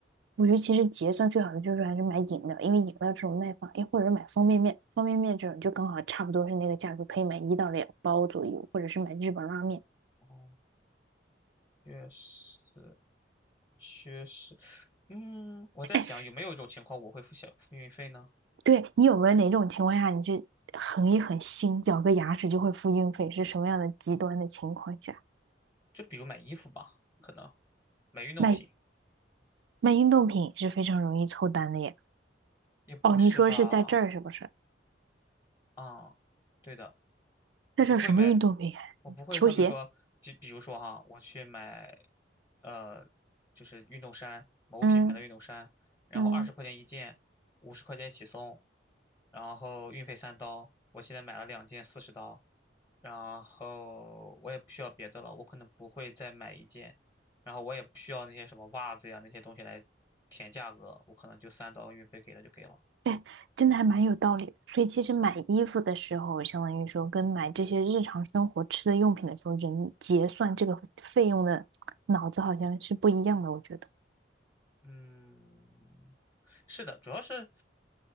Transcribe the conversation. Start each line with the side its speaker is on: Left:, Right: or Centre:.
Right: 我觉得其实结算最好的就是还是买饮料，因为饮料这种耐放，哎，或者是买方便面，方便面这种就刚好差不多是那个价格，可以买一到两包左右，或者是买日本拉面。
Left: 哦，确实，确实，嗯，我在想有没有一种情况我会付小付运费呢？
Right: 哎，对，你有没有哪种情况下你是横一横心，咬个牙齿就会付运费？是什么样的极端的情况下？
Left: 就比如买衣服吧，可能买运动品
Right: 卖卖运动品是非常容易凑单的耶。
Left: 也不是吧？
Right: 哦，你说是在这儿是不是？
Left: 啊、对的，我不会买，
Right: 在这儿什么运动可以看？
Left: 我不会好比说，
Right: 球鞋。
Left: 就比如说哈，我去买呃，就是运动衫，某品牌的运动衫，
Right: 嗯
Left: 然后二十块钱一件，
Right: 嗯，
Left: 五十块钱起送，然后运费三刀，我现在买了两件四十刀，然后我也不需要别的了，我可能不会再买一件，然后我也不需要那些什么袜子呀那些东西来填价格，我可能就三刀运费给了就给了。
Right: 哎，真的还蛮有道理的。所以其实买衣服的时候，相当于说跟买这些日常生活吃的用品的时候，人结算这个费用的脑子好像是不一样的，我觉得。
Left: 嗯，是的，主要是，